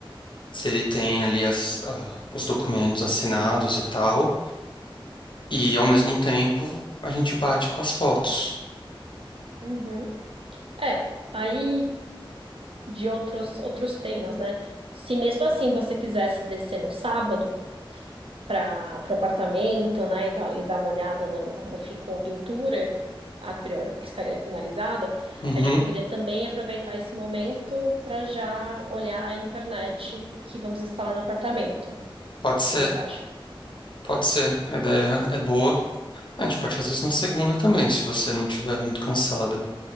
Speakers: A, on the left; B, on the right.
A: se ele tem ali as, ah, os documentos assinados e tal. E ao mesmo tempo a gente bate com as fotos.
B: Uhum. É, aí de outros, outros temas, né? Se mesmo assim você quisesse descer no sábado para o apartamento, né, e dar, e dar uma olhada no, como ficou a pintura, a priori que estaria finalizada,
A: Uhum,
B: a gente poderia também aproveitar esse momento para já olhar a internet que vamos instalar no apartamento. O
A: pode ser,
B: que você acha?
A: pode ser. A ideia é boa. A gente pode fazer isso na segunda também, se você não estiver muito cansada.